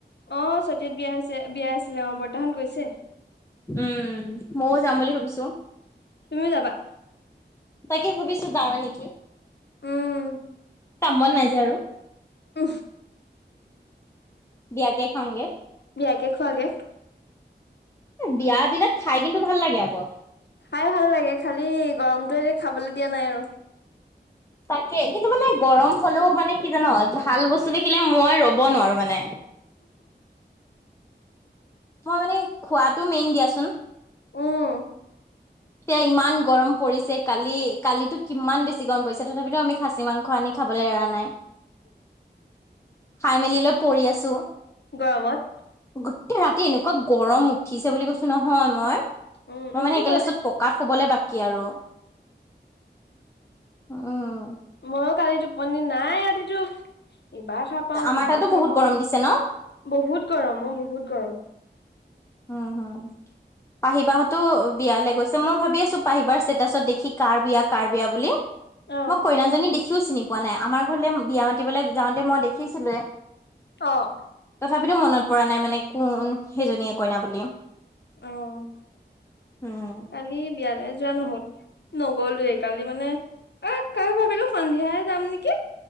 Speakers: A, on the left; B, on the left.
A: অ', তিয়াত বিয়া হৈছে বিয়া আছিলে অ বৰ্তা হত গৈছে
B: উম, ময়ও যাম
A: উম,
B: বুলি ভাবিছো
A: তুমিও যাবা?
B: তাকে ভাবিছো যাও নেকি?
A: উম,
B: কামত নাই যে আৰু
A: উ,
B: বিয়াাকে খাামগে
A: একেকোৱাে
B: বিয় বিলাক খাই কিন্তু ভাল লাগে আকৌ
A: খাই ভাল লাগে খালি গৰমটোৱ এতি খাবলৈ দিয়া নাই আৰু
B: তাকে, কিন্তু মানে গৰম হ'লেও মানে কি জানো ভাল বস্তু দেখিলে মই ৰ'ব নোৱাৰো মানে মই মানে খোৱাটো মেইন দিয়াচোন।
A: উম।
B: সেইয়া ইমান গৰম পৰিছে। কালি কালিটো কিমান বেছি গৰম পৰিছে। তথাপিতো আমি সাহি মাংস আনি খাই খাবলৈ এৰা নাই। খাই মেলি লৈ পৰি আছো।
A: গৰমত।
B: গোটেই ৰাতি এনেকুৱা গৰম উঠিছে বুলি কৈছো নহয় মই। মই
A: উম উঠিবই
B: মানে একে লাষ্টতত পকাত শুবলৈ বাকি আৰু। উম
A: মই কালি টোপনিৰ নাই ৰাতিটো। ইবাৰ সাৰ পাওঁ
B: আমাৰ
A: সিবাৰ
B: তাতো
A: সাৰ
B: বহুত
A: পাওঁ
B: গৰম দিছে ন
A: বহুত গৰম মোৰ বহুত গৰম।
B: উম, হম। পাহি বাহঁতো বিয়ালৈ গৈছে মই ভাবি আছো পাহি বাৰ ষ্টেটাচত দেখি কাৰ বিয়া কাৰ বিয়া বুলি।
A: অ',
B: মই কইনাজনী দেখিও চিনি পোৱা নাই। আমাৰ ঘৰলে বিয়া মাতিবলৈ যাওঁতে মই দেখিছিলোৱে।
A: অ'।
B: তথাপিতো মনত পৰা নাই মানে কোন সেইজনীয়ে কইনা বুলি।
A: অ'।
B: উম
A: কালি বিয়ালে যোৱা নহ'ল নগ'লোয়ে কালি মানে আকৌ ভাবিলো সন্ধিয়াই যাম নেকি।